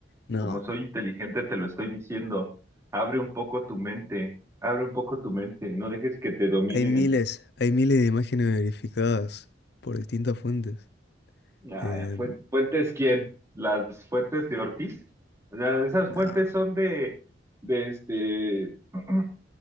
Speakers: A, on the left; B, on the right.
A: No,
B: Como soy inteligente, te lo estoy diciendo. Abre un poco tu mente, abre un poco tu mente, no dejes que te dominen.
A: hay miles, hay miles de imágenes verificadas por distintas fuentes.
B: Ah,
A: Eh,
B: fue- ¿fuentes quién? ¿Las fuentes de Ortiz? O sea, esas
A: no.
B: fuentes son de, de este, <clears throat>